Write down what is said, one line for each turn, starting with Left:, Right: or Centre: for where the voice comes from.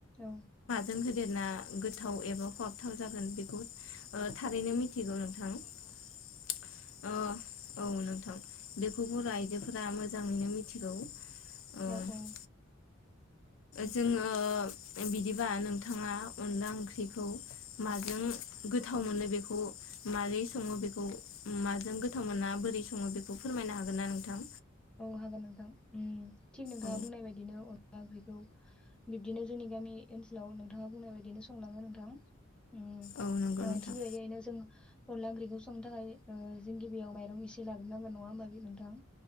Centre: औ
Left: जों होदेरना गोथाव एबा खाहाबथाव जागोन बेखौ ओ थारैनो मिथिगौ नोंथां अ औ नोंथां बेखौ बर' आइजोफोरा मोजाङैनो मिथिगौ ओ
Centre: औ औ
Left: जोङो बिदिबा नोंथाङा अनला ओंख्रि खौ माजों गोथाव मोनो बेखौ मारै सङो बेखौ माजों गोथ थावमोना बोरै सङो बेखौ फोरमायनो हागोन ना नोंथां
Centre: औ हागोन नोंथां ओम थिग नोंथाङा
Left: औ
Centre: बुंनायबायदिनो अन ला ओंख्रैखौ बिब्दिनो जोंनि गामि ओनसोलाव नोंथाङा बुंनाय बायदिनो संलाङो नोंथां उम ओ
Left: औ नंगौ नोंथां
Centre: थिग बेबायदिनो जों अनला ओंख्रिखौ संनो थाखाय ओ जों गिबियाव माइरं एसे लाग्रोनांगोन नङा होनबा नोंथां